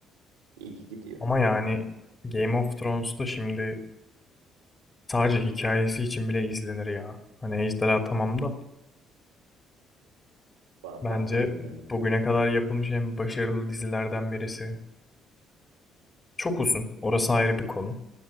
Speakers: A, on the right; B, on the left.
A: ilgi gidiyor.
B: Ama yani Game of Thrones'ta şimdi sadece hikayesi için bile izlenir ya. Hani ejderha tamam da
A: Ba-
B: bence
A: Bakmadım ben ona.
B: bugüne kadar yapılmış en başarılı dizilerden birisi. Çok uzun. Orası ayrı bir konu.